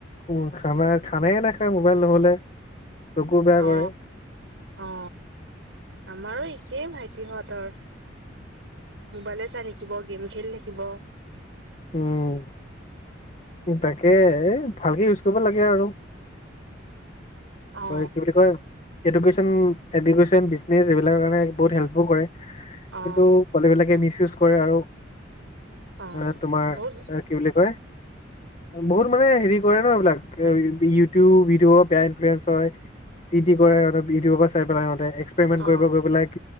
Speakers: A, on the left; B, on the right.
A: মো খানা খানাই নাখায় মোবাইল নহ'লে। চকু বেয়া
B: অ,
A: কৰে
B: অ আমাৰো একেই ভাইটিহঁতৰ। মোবাইলে চাই থাকিব, গেম খেলি থাকিব।
A: উম, তাকে এ ভালকে ইউজ কৰিব লাগে আৰু।
B: অ
A: হয় কি বুলি কয়? এডুকেশ্যন এডুকেশ্যন বিজনেচ এইবিলাকৰ কাৰণে বহুত হেল্পো কৰে, কিন্তু
B: অ
A: পোৱালিবিলাকে মিচ ইউজ কৰে আৰু
B: অ
A: মানে তোমাৰ
B: বহুত
A: এ কি বুলি কয় বহুত মানে হেৰি কৰে ন এইবিলাক, ইউটিউব ভিডিঅ' বেয়া ইনফ্লুৱেঞ্চ তই, যি টি কৰে সিহঁতৰ ভিডিঅ' সোপা চাই পেলাই সিহঁতে এক্সপেৰিমেন্ট
B: অ',
A: কৰিব গৈ পেলাই